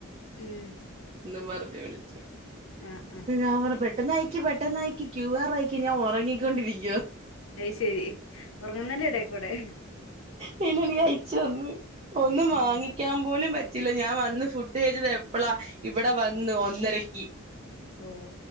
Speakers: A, on the left; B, on the right.
A: ഉം
B: എന്നും പറഞ്ഞ് വിളിച്ച് <unintelligible>
A: ആഹ് ആഹ്
B: പെട്ടെന്നയിക്ക് പെട്ടെന്നയിക്ക് ക്യു ആർ അയക്ക് ഞാൻ ഉറങ്ങിക്കൊണ്ടിരിക്കുവാ
A: അയ് ശരി ഉറങ്ങുന്നേൻ്റെ ഇടെക്കൂടെ
B: പിന്നെ എനിക്ക് അയച്ച് തന്നു ഒന്നും
A: ഉം
B: വാങ്ങിക്കാൻ പോലും പറ്റ് റ്റില്ല ഞാൻ വന്ന് ഫുഡ് കഴിച്ചത് എപ്പളാ ഇവിടെ വന്നു ഒന്നരക്ക്
A: ഓ